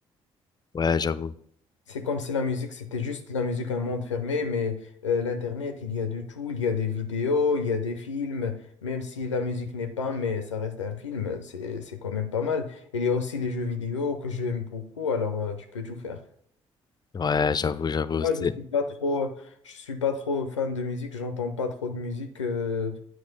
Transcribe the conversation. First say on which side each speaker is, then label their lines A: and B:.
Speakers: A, on the left; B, on the left.
A: Ouais, j'avoue.
B: C'est comme si la musique, c'était juste la musique, un monde fermé, mais euh, l'Internet, il y a de tout, il y a des vidéos, il y a des films, même si la musique n'est pas, mais ça reste un film, c'est, c'est quand même pas mal. Il y a aussi les jeux vidéo que j'aime beaucoup, alors euh, tu peux tout faire.
A: Ouais, j'avoue, j'avoue.
B: Moi,
A: c'est-
B: je suis pas trop, je suis pas trop fan de musique, j'entends pas trop de musique, euh,